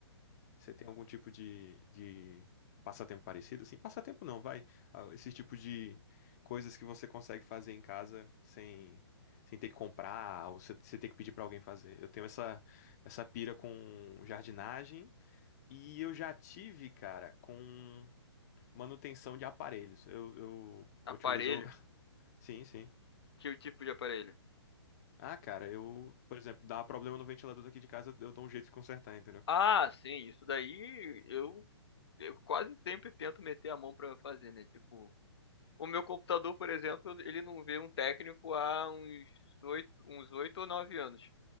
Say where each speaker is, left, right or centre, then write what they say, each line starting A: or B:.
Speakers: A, on the left; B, on the left.
A: você tem algum tipo de, de passatempo parecido? Assim, passatempo não, vai. Ah, Esse tipo de coisas que você consegue fazer em casa sem, sem ter que comprar ou você, você ter que pedir pra alguém fazer. Eu tenho essa, essa pira com jardinagem. E eu já tive, cara, com. Manutenção de aparelhos. Eu, eu, a
B: Aparelho?
A: última vez eu. <laughs> Sim, sim.
B: Que tipo de aparelho?
A: Ah, cara, eu, por exemplo, dá problema no ventilador daqui de casa, eu dou um jeito de consertar, entendeu?
B: Ah, sim, isso daí eu, eu quase sempre tento meter a mão pra fazer, né? Tipo, o meu computador, por exemplo, ele não vê um técnico há uns oito, uns oito ou nove anos.